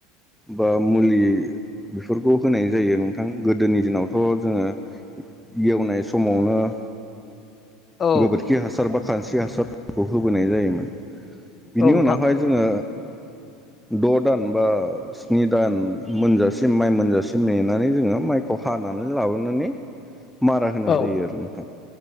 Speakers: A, in the centre; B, on the left.
A: बा ओ मुलि बेफोरखौ होनाय जायो नोंथां गोदोनि दिनावथ' जोङो ओ एवनाय समावनो ओ
B: औ
A: गोबोरखि हासार बा खानस्रि हासारखौ होबोनाय जायोमोन बिनि
B: औ नोंथां
A: उनावहायो जोङो द' दान बाना स्नि दान मोनजासिम माइ मोनजासिम नेनानै जोङो माइखौ हानानै लाबोनानै हा
B: <inaudible>
A: मारा होनाय
B: औ
A: जायो आरो नोंथां